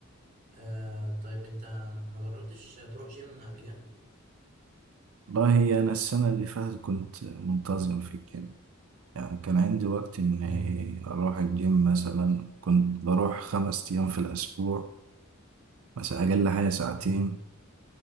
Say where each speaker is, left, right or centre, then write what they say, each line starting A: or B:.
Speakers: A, on the right (about 45°); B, on the right (about 80°).
A: آه طيب انت ما جربتش تروح جيم قبل كده
B: والله أنا السنة اللي فاتت كنت منتظم في الجيم يعني كان عندي وقت إني
A: امم
B: أروح الجيم مثلا كنت بروح خمس أيام في الأسبوع مثلا أقل حاجة ساعتين
A: امم